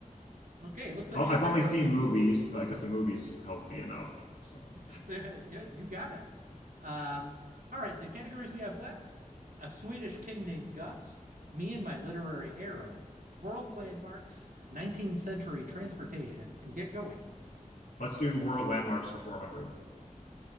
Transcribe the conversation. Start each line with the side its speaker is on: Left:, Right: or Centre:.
Right: Okay, looks like
Left: Oh,
Right: we
Left: I've
Right: have time
Left: only
Right: for
Left: seen
Right: a few.
Left: movies, but I guess the movies helped me enough. So
Right: <laughs>
Left: <laughs>
Right: yeah, you got it. Um, all right, the categories we have left a Swedish king named Gus, me and my literary arrow, world landmarks, 19th century transportation, and get going.
Left: let's do world landmarks for 400.